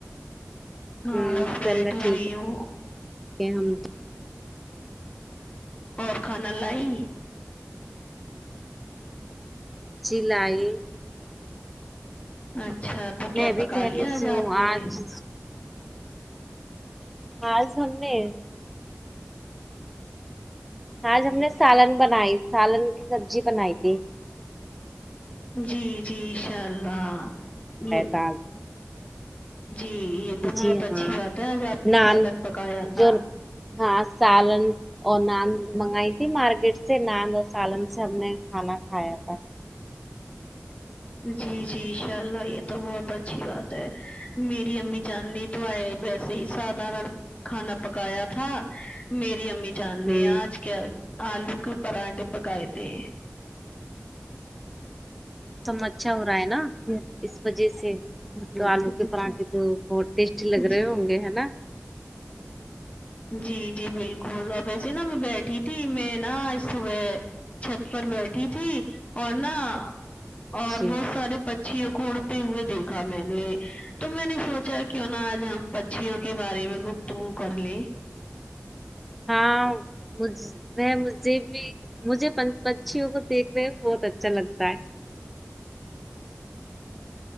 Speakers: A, on the left; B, in the centre.
A: ہاں
B: انشاء
A: بس بیٹھی
B: اللہ ٹھیک
A: ہوئی ہوں
B: ہے ہم بھی
A: اور کھانا لائی
B: جلائی
A: اچھا تو
B: میں
A: کیا پکا
B: بھی خیریت
A: لیا آج
B: سے ہوں
A: آپ نے
B: آج آج ہم نے آج ہم نے سالن بنائی سالن کی سبزی بنائی تھی
A: جی جی ان شاء اللہ یہ
B: کم
A: جی یہ تو بہت
B: جی
A: اچھی
B: ہاں
A: بات ہے آج آپ نے
B: نان
A: سالن پکایا تھا
B: جو ہاں سالن اور نان منگائی مارکیٹ سے نان اور سالن سب نے کھانا کھایا تھا
A: جی جی ان شاء اللہ یہ تو بہت اچھی بات ہے میری امی جاننی تو آئے ویسے ہی سدھارن کھانا پکایا تھا میری امی جاننے
B: ہوں
A: ہیں آج کیا آلو کے پراٹھے پکائے تھے
B: دم اچھا ہو رہا ہے نا اس وجہ سے آلو کے پراٹھے تو بہت ٹیسٹی لگ
A: جی
B: رہے ہوں گے ہے نا
A: جی جی بالکل اب اییسے نا میں بیٹھی تھی میں ناج صبح چھت پر بیٹھی تھی اور نا اور
B: جی
A: بہت سارے چیل کو اڑتے ہوئے دیکھا میں نے تو میں نے سوچا کیوں نہا آج ہم پچھیوں کے بارے میں گ تو کر لے
B: ہاں کچھ وہ مجھے بھی مجھے پچیوں کو دیکھنے میں بہت اچھا لگتا ہے